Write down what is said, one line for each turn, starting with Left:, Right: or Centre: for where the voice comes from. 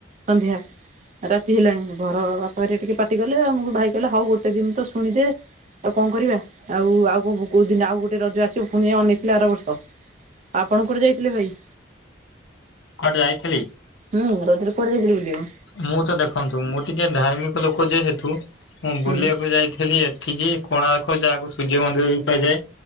Right: ସଂଧ୍ୟା। ରାତି ହେଲାଣି ଘର ବାପା ହରିକା ଟିକେ ପାଟି କଲେ ଆଉ ଭାଇ କହିଲେ ହଉ ଗୋଟେ ଦିନ ତ ଶୁଣିଦେ। ତ କଣ କରିବା ଆଉ ଆଉ କ କୋଉ ଦିନ ଆଉ ଗୋଟେ ରଜ ଆସିବ। ପୁଣି ଅନେଇଥିଲେ ଆର ବର୍ଷ। ଆପଣଙ୍କ କଉଁଠେ ଯାଇଥିଲେ ଭାଇ?
Left: କୁଆଡ଼େ ଯାଇଥିଲି?
Right: ହୁଁ ରଜରେ କୁଆଡେ ଯାଇଥିଲେ ବୁଲିବାକୁ?
Left: ମୁଁ ତ ଦେଖନ୍ତୁ, ମୁଁ ଟିକିେ ଧାର୍ମିକ ଲୋକ ଯେହେତୁ ମୁଁ
Right: ହୁଁ
Left: ବୁଲିବାକୁ ଯାଇଥିଲି ଏଠିକି କୋଣାର୍କ ଯାହାକୁ ସୂର୍ଯ୍ୟ ମନ୍ଦିର ବି କୁହାଯାଏ,